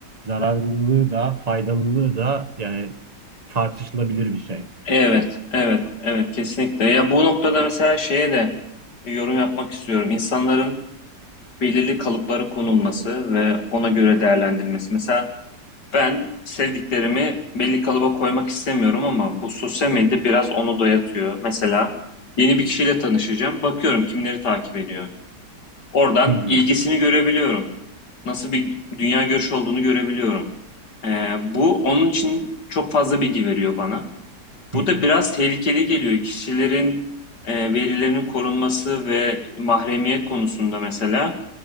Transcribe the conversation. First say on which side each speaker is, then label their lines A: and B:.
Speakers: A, on the right; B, on the left.
A: zararlılığı da faydalılığı da yani tartışılabilir bir şey.
B: Evet,
A: Yani.
B: evet, evet kesinlikle. Ya bu noktada mesela şeye de yorum yapmak istiyorum. İnsanların belirli kalıplara konulması ve ona göre değerlendirilmesi. Mesela Ben sevdiklerimi belli kalıba koymak istemiyorum ama bu sosyal medya biraz onu dayatıyor. Mesela yeni bir kişiyle tanışacağım. Bakıyorum kimleri takip ediyor. Oradan
A: Hı hı,
B: ilgisini görebiliyorum. Nasıl bir dünya görüşü olduğunu görebiliyorum. Ee, bu onun için çok fazla bilgi veriyor bana.
A: hı
B: Bu
A: hı.
B: da biraz tehlikeli geliyor. Kişilerin e, verilerinin korunması ve mahremiyet konusunda mesela